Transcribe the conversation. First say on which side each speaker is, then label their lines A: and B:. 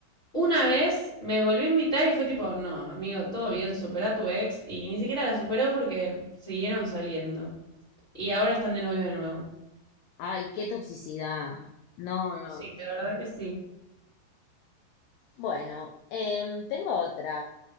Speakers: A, on the left (about 25°); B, on the left (about 85°).
A: una vez, me volvió a invitar y fue tipo, no, amigo, todo bien, supera a tu ex. Y ni siquiera la superó porque siguieron saliendo. Y ahora están de novio de nuevo.
B: Ay, qué toxicidad. No, no.
A: Sí, de verdad que sí.
B: Bueno, em, tengo otra.